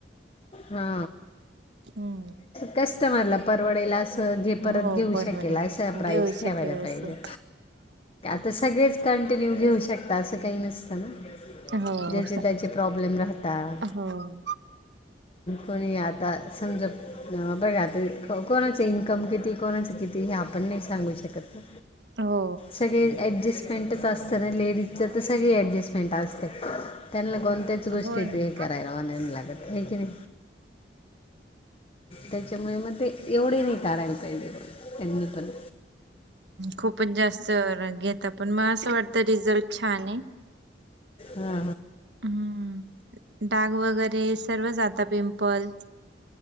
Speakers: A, on the left (about 35°); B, on the right (about 85°).
A: हा
B: हम्म
A: 'कस्टमरला परवडेल अस' त ते परत
B: हो
A: घेऊ
B: परवडेल
A: शकेल, अशा प्राईज
B: घेऊ शकेल
A: ठेवायला
B: असे
A: पाहिजे. तर, सगळेच कंटिन्यू घेऊ शकतात, असं काही नसतं ना?
B: हो
A: ज्याचे त्याचे प्रॉब्लेम राहतात.
B: हो
A: कोणी आता समजा, ''अ बघा आता'', कोणाच इन्कम किती कोणाचं किती, हे आपण नाही सांगू शकत ना,
B: हो
A: सगळे ॲडजस्टमेंटच असतं ना, लेडीजचं तर सगळी ॲडजस्टमेंट असते. त्यांना, कोणत्याच गोष्टी
B: हो ना.
A: हे करायला म्हणायला नाही लागत. ठीक आहे त्याच्यामुळे, मग ते एवढे नाही टाळायला पाहिजे, त्यांनी पण
B: खूपच जास्त घेता पण, मग असं वाटतं रिझल्ट छानाय.
A: हा
B: हम्म डाग वगैरे सर्व जाता पिंपल